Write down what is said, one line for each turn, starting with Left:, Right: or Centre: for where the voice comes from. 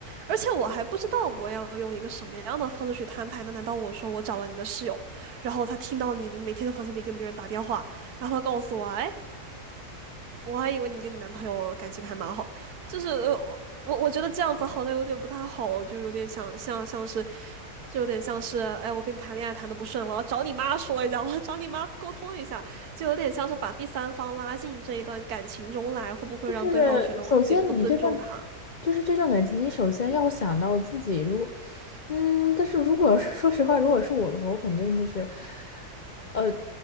Right: 而且我还不知道我要用一个什么样的方式去摊牌呢？那难道我说我找了你的室友，然后他听到你每天在房间里跟别人打电话，然后他告诉我，哎，我还以为你跟你男朋友感情还蛮好，就是呃我我我觉得这样子好像有点不太好，就有点想像像是，就有点像是，哎，我跟你谈恋爱谈的不顺，我要找你妈说一下，我要找你妈沟通一下，就有点像是把第三方拉进这一段感情中来，会不会让对方觉得我有点不尊重他
Left: 但是首先你这段就是这段感情，你首先要想到自己，如果嗯，但是如果 <laughs> 说实话，如果是我的话，我肯定就是。呃。